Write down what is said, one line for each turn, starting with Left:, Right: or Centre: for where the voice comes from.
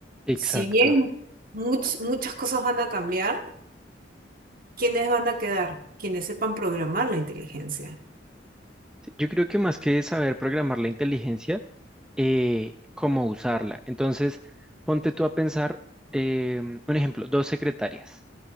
Centre: Exacto.
Right: Si bien much- muchas cosas van a cambiar, ¿quiénes van a quedar? Quienes sepan programar la inteligencia.
Centre: Yo creo que más que saber programar la inteligencia, eh, cómo usarla. Entonces, ponte tú a pensar, eh, un ejemplo, dos secretarias.